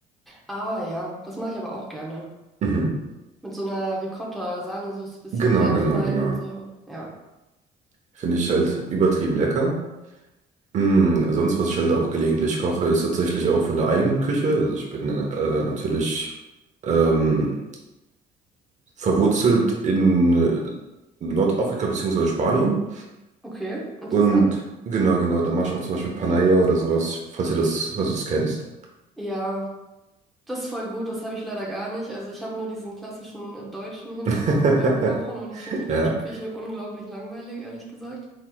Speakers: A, in the centre; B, on the right.
A: Ah ja, das mache ich aber auch gerne.
B: Mhm.
A: Mit so einer Ricotta-Sahnesoße, bisschen
B: Genau,
A: Senf
B: genau,
A: rein
B: genau.
A: und so. Ja.
B: Finde ich halt übertrieben lecker. Mm, sonst, was ich halt auch gelegentlich koche, ist tatsächlich auch von der eigenen Küche. Also ich bin äh, natürlich ähm, verwurzelt in äh, Nordafrika bzw. Spanien.
A: Okay, interessant.
B: Und genau, genau, da mache ich auch zum Beispiel Panaya oder sowas, falls ihr das, falls du das kennst.
A: Ja, das ist voll gut. Das habe ich leider gar nicht. Also ich habe nur diesen klassischen deutschen Hintergrund
B: <laughs>
A: beim Kochen und ich finde die
B: Ja,
A: deutsche Küche unglaublich langweilig, ehrlich gesagt.